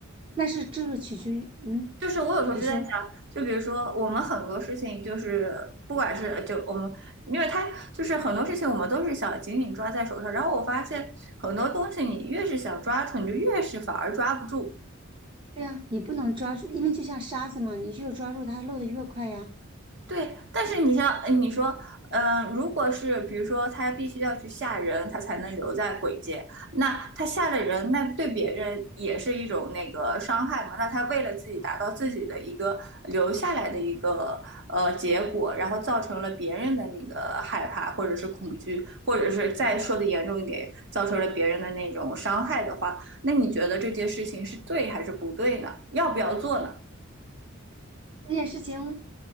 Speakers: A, on the right; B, on the right.
A: 那是这是取决于，嗯，
B: 就是我有时候就在想，
A: 你说
B: 就比如说我们很多事情，就是不管是就我们，因为他就是很多事情我们都是想紧紧抓在手上，然后我发现很多东西你越是想抓住，你就越是反而抓不住。
A: 对啊，你不能抓住，因为就像沙子嘛，你越抓住它漏的越快呀。
B: 对，但是你像呃你说，嗯、如果是比如说他必须要去吓人，他才能留在鬼界，那他吓了人，那对别人也是一种那个伤害嘛？那他为了自己达到自己的一个留下来的一个呃结果，然后造成了别人的那个害怕或者是恐惧，或者是再说的严重一点，造成了别人的那种伤害的话，那你觉得这件事情是对还是不对呢？要不要做呢？
A: 这件事情